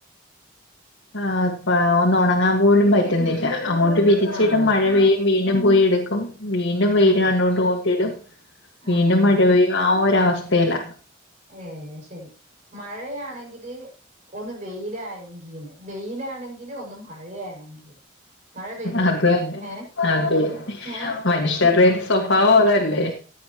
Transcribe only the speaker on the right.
ആഹ്
ആഹ്
ആഹ്
ഏ ശരി മഴയാണെങ്കില് ഒന്ന് വെയിലായെങ്കീന് വെയിലാണെങ്കിലും ഒന്ന് മഴയാണെങ്കി മഴ പെയ്തെങ്കീ
ഏ
ഏ